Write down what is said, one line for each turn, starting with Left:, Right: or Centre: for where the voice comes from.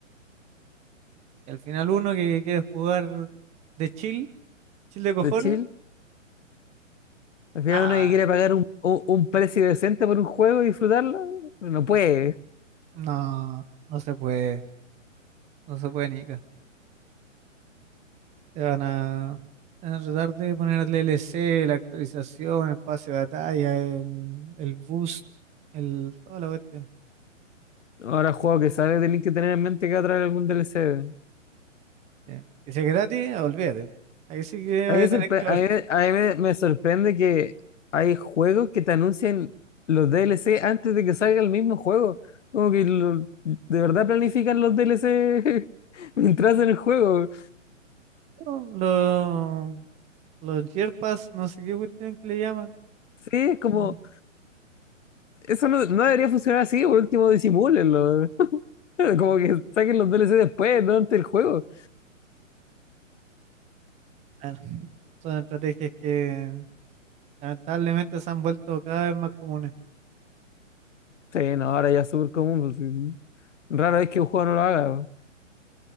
Right: Y al final uno que quiere jugar de chill, chill de cojones,
Left: De chill. Al final
Right: nada,
Left: uno que quiere pagar un, un- un precio decente por un juego y disfrutarlo, no puede.
Right: no, no se puede, no se puede ni ca. Te van a, te van a tratar de poner el DLC, la actualización, el pase de batalla, el, el boost, el, toda la cuestión.
Left: Ahora juego que sale, tenés que tener en mente que va a traer algún DLC.
Right: Sí. Y si es gratis, olvídate. Ahí sí que
Left: A
Right: voy
Left: mí, me
Right: a
Left: sorpre-
Right: tener que
Left: a
Right: ver.
Left: mí- a mí me- me sorprende que hay juegos que te anuncian los DLC antes de que salga el mismo juego. Como que lo- de verdad planifican los DLC <laughs> mientras en el juego.
Right: No, Los, los Yerpas, no sé qué cuestión que le llaman.
Left: Sí, es como...
Right: Mm.
Left: Eso no, no debería funcionar así, por último disimúlenlo. <laughs> Como que saquen los DLC después, no antes del juego.
Right: Bueno, son estrategias que lamentablemente se han vuelto cada vez más comunes.
Left: Sí, no, ahora ya es súper común. pues, sí. Rara vez que un juego no lo haga. po.